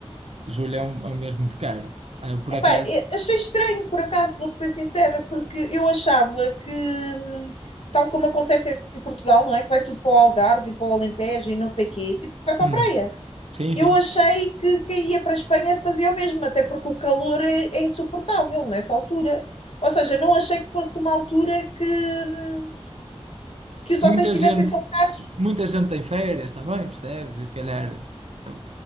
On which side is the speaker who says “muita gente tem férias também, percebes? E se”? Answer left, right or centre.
Right